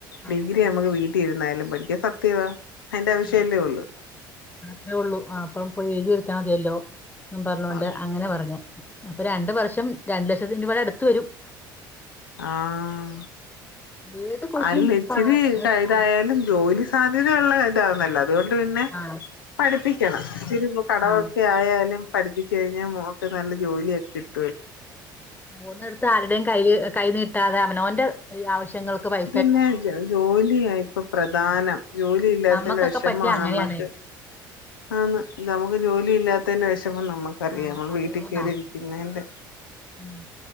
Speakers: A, on the left; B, on the left.
A: ആഹ്
B: ഡിഗ്രി
A: അങ്ങനെ
B: നമുക്ക് വീട്ടില ഇരുന്നായാലും പടി അ സത്യവാ അതിന്റെ ആവശ്യല്ലേ
A: ആ
B: ഉള്ളൂ
A: അത്രേ ഉള്ളൂ ആഹ പ്പം പോയി എഴുതി എടു ത്താ മതിയല്ലോ എന്നും പറഞ്ഞോണ്ട്
B: അതെ
A: അങ്ങനെ പറഞ്ഞു അപ്പൊ രണ്ട് വർഷം രണ്ടു ലക്ഷത്തി രൂപടെ അടുത്ത് വരും
B: ആഹ
A: ഏത് കോഴ്സിനും
B: അല്ല ഇച്ചിരി
A: പ- പ-
B: ഇതായാലും
A: ആ
B: ജോലി സാധ്യതയള്ള ഇതാ നല്ല അതുകൊണ്ട് പിന്നെ
A: ആ
B: പഠിപ്പിക്കണം ഇത്തിരി കടവൊക്കെ
A: ആ
B: ആയാലും പഠിപ്പിച്ച് കഴിഞ്ഞാൽ മോക്ക്‌ നല്ല ജോലിയൊക്കെിട്ടും
A: മൂന്നടുത്ത് ആരുടെയും കയ് കൈ നീട്ടാതെ അവനോവന്റെ ആവശ്യങ്ങൾക്ക് പൈ
B: പിന്നെ ജോലിയ ഇപ്പൊ പ്രധാനം ജോലി ഇല്ലാത്തന്റെ
A: നമ്മക്കൊക്കെ
B: വിഷമ
A: പറ്റിയ അങ്ങനെയാണേ
B: നമ്മുക്ക് ആന്ന് നമുക്ക് ജോലി ഇല്ലാത്തന്റെ വിഷ മം നമ്മുക്കറിയാം
A: ആ
B: നമ്മൾ
A: അതെയോന്നാ
B: വീട്ടിൽ കേറി ഇരിക്കുന്നേൻറെ
A: ഉം